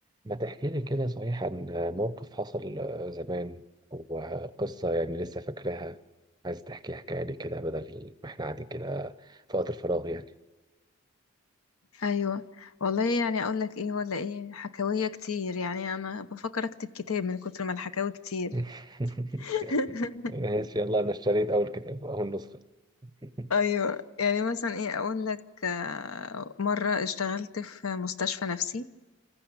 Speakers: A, on the right (about 20°); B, on the left (about 75°).
A: ما تحكي لي كده صحيح عن موقف حصل آه، زمان وقصة يعني لسه فاكراها عايز تحكي حكاية لي كده بدل ما احنا قاعدين كده في وقت الفراغ يعني
B: ايوه والله يعني اقول لك ايه ولا ايه حكاويه كتير يعني انا بفكر اكتب كتاب من كتر ما الحكاوي كتير
A: <laughs>
B: <laughs>
A: ماشي يلا انا اشتريت اول كتاب اول نسخة <laughs>
B: ايوه يعني مثلا ايه اقول لك آه، مره اشتغلت في مستشفى نفسي